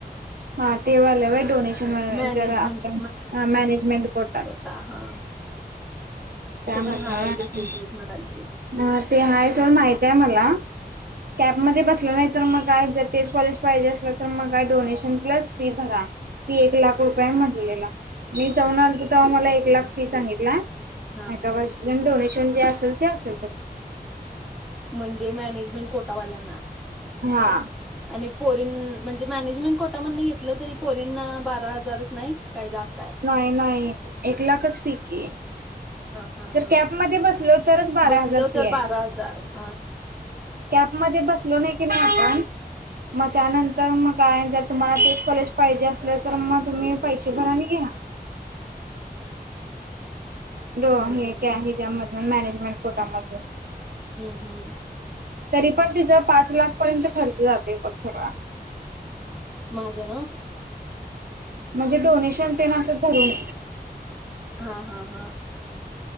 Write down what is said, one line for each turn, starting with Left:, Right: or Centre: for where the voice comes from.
Right: हा ते वाल्या व्हय डोनेशन
Centre: मॅनेजमेंट
Right: जरा आपल्या मॅनेजमेंट करतात.
Centre: ता हा.
Right: त्यामधलं
Centre: ते पण हा आय
Right: व्हय
Centre: डी केटत म्हणाली.
Right: हा ते आहे ते सो माहती आहे मला कॅम्पमध्ये बसलं नाही तर मग काय जर तेच कॉलेज पाहिजे असलं तर मग काय डोनेशन प्लस फी भरा फी एक लाख रुपये म्हटलेला. मी जाऊन आलतो तेव्हा मला एक लाख फी सांगितला
Centre: हा
Right: एका वर्षाच्या डोनेशन जे असेल ते असेल बघ
Centre: म्हणजे, मॅनेजमेंट कोटावाल्यांना
Right: हा.
Centre: आणि पोरीन म्हणजे मॅनेजमेंट कोटा मधनं घेतलं तरी पोरीन बारा हजारच नाही काही जास्त आहे.
Right: नाही नाही एक लाखच फी कि.
Centre: हा हा
Right: जर
Centre: हा
Right: कॅब मध्ये बसलो तरच बारा
Centre: बसलो
Right: हजार फी
Centre: तर
Right: आहे.
Centre: बारा हजार हा.
Right: कॅब मध्ये बसलो नाही कि नाही आपण मग त्यानंतर मग काय जर तुम्हाला तेचं कॉलेज पाहिजे असलं तर मग तुम्ही पैसे भराने घ्या. र
Centre: होय
Right: हे काय हच्यामधून मॅनेजमेंट कोटामधून.
Centre: हम्म हम्म
Right: तरी पण तिचा पाच लाख पर्यंत खर्च जाते प सगळा.
Centre: माझं ना?
Right: म्हणजे डोनेशन ते म असं धरून.
Centre: हा हा हा.